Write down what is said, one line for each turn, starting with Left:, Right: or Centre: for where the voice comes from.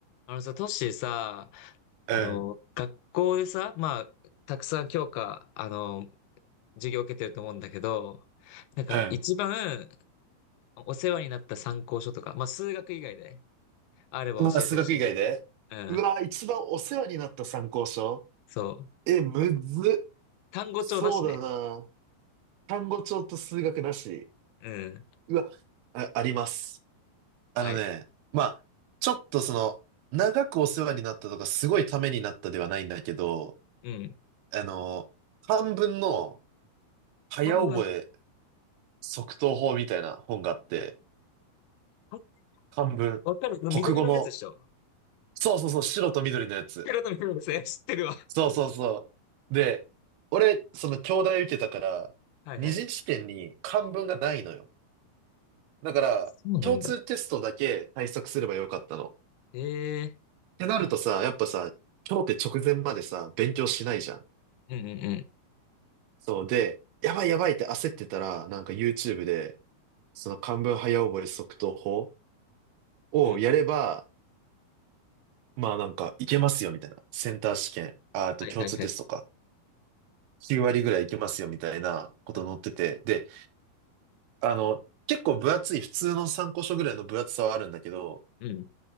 Left: あのさ、トッシーさ、
Right: うん、
Left: あの、学校でさ、まあ、たくさん教科、あの、授業を受けてると思うんだけど、なんか一番
Right: うん。
Left: お世話になった参考書とか、まあ、数学以外であれば教えてほしい。
Right: ああ、数学以外でうわ、
Left: うん、
Right: 一番お世話になった参考書
Left: そう。
Right: え、むずっ。
Left: あ単語帳なしね。
Right: そうだな。単語帳と数学なし。
Left: うん、
Right: うわ、あ、あります。あのね、
Left: はい。
Right: まあ、ちょっとその、長くお世話になったとか、すごいためになったではないんだけど、
Left: うん。
Right: あの、漢文の早覚え
Left: 半分、
Right: 即答法みたいな本があって、
Left: あ、
Right: 漢文、
Left: わかる緑のやつでしょ
Right: 国語の、そうそうそう、白と緑のやつ。
Left: 黒と緑のやつね、<laughs> 知ってるわ。
Right: そうそうそう。で、俺、その京大受けたから、
Left: はいはい。
Right: 二次試験に漢文がないのよ。だから、
Left: そうなんだ。
Right: 共通テストだけ対策すればよかったの。
Left: へえ。
Right: ってなるとさ、やっぱさ、今日って直前までさ、勉強しないじゃん。
Left: うんうんうん。
Right: そうで、やばいやばいって焦ってたら、なんか YouTube で、その漢文早覚え速答法をやれば、
Left: うん。
Right: まあなんかいけますよみたいな。センター試験、ああと共通テストか。
Left: はいはいはい。
Right: 9割ぐらいいけますよみたいなこと載ってて。
Left: うん。
Right: で、あの、結構分厚い、普通の参考書ぐらいの分厚さはあるんだけど、
Left: うん。